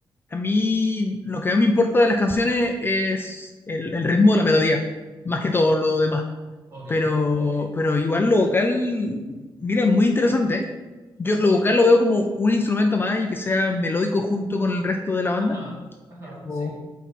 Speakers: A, on the left (about 25°); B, on the right (about 35°).
A: a mí lo que a me importa de las canciones es el, el ritmo de la melodía, más que todo lo demás.
B: Ok,
A: Pero, pero igual lo vocal, mira, muy interesante, ¿eh? Yo lo
B: sí.
A: vocal lo veo como un instrumento más y que sea melódico junto con el resto de la banda.
B: Ajá, ajá,
A: Pero,
B: sí.